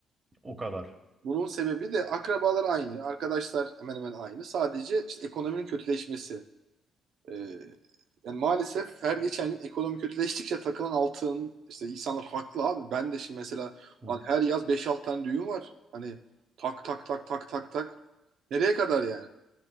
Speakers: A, on the right; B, on the right.
A: O kadar.
B: Bunun sebebi de akrabalar aynı, arkadaşlar hemen hemen aynı. Sadece işte ekonominin kötüleşmesi. Ee, yani maalesef her geçen gün ekonomi kötüleştikçe takılan altın işte insanlar haklı abi. Ben de şimdi mesela
A: Hı hı.
B: hani her yaz beş 6 tane düğün var. Hani tak tak tak tak tak tak. Nereye kadar yani?